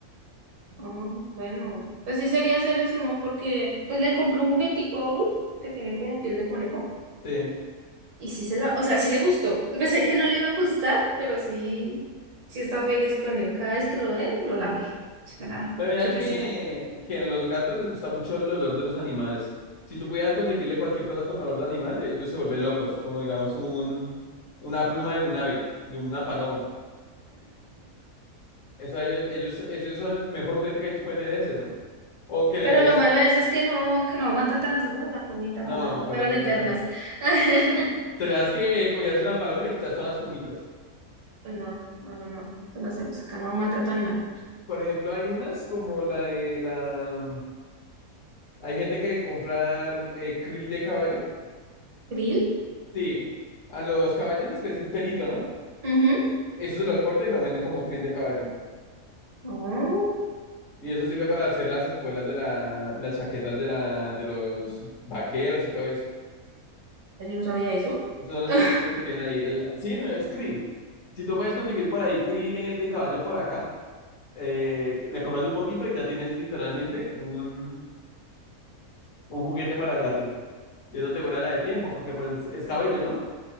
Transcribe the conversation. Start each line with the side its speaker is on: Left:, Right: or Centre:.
Right: Ah, bueno, pues sí sería hacerles uno porque pues le compré un juguetico a Horus que tiene como piel de conejo
Left: Sí.
Right: y sí se la, o sea, sí le gustó. Pensé que no le iba a gustar, pero sí, sí está feliz con él. Cada vez que lo ve, lo lambe. Sí, para nada,
Left: Pero mira
Right: su
Left: que,
Right: presita.
Left: que a los gatos les gusta mucho el olor de los animales. Si tú pudieras conseguirle cualquier cosa con olor de animal, ellos se vuelven locos, como digamos un, una pluma de un ave, de una paloma. Eso a ellos, ellos, esos son el mejor juguete que ellos pueden tener, es eso. O que le
Right: Pero
Left: traigas,
Right: lo malo de eso es que no, que no aguanta tanto, ¿no? La plumita,
Left: no,
Right: ojalá
Left: pues
Right: fueran
Left: obviamente
Right: eternas.
Left: no.
Right: <laughs>
Left: Tendrías que cogieras una paloma y le quitas todas las plumitas.
Right: Pues No, no, no, no. Eso no hacemos. Acá no maltrato animal.
Left: Por ejemplo, hay unas como la de la... Hay gente que comprar eh, krill de caballo.
Right: ¿Krill?
Left: Sí, a los caballos les crece el pelito, ¿no?
Right: Ujú.
Left: Eso se lo corta y lo venden como krill de caballo.
Right: No,
Left: Y eso sirve para hacer las espuelas de la, las chaquetas de la, de los vaqueros y todo eso.
Right: yo no sabía eso.
Left: Esos son los
Right: <laughs>
Left: pelitos que tienen ahí. El- sí, no es krill. Si tú puedes conseguir por ahí krill eh, de caballo por acá, eh, le compras un poquito y ya tienes literalmente un, un juguete para gatos. Y eso te dura la de tiempo, porque pues es cabello, ¿no?